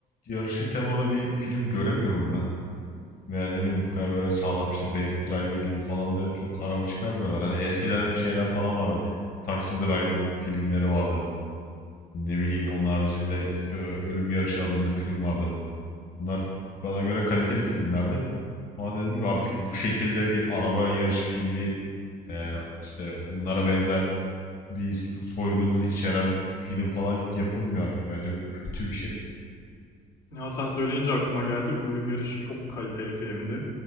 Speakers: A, on the left; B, on the left.
A: yarışı temalı bir film göremiyorum ben. Veya ne bileyim bu kadar böyle sağlam işte Baby Driver gibi falan da çok araba çıkarmıyorlar. Hani eskiden hep şeyler falan vardı. Taxi Driver filmleri vardı. Ne bileyim onun haricinde e, Ölüm Yarışı adında film vardı. Bunlar bana göre kaliteli filmlerdi. Ama dedim ki artık bu şekilde bir araba yarışı filmi e, işte bunlara benzer bir soygunu içeren film falan yapılmıyor artık. Bence bu kötü bir şey.
B: Ya sen söyleyince aklıma geldi. Ölüm Yarışı çok kaliteli filmdi.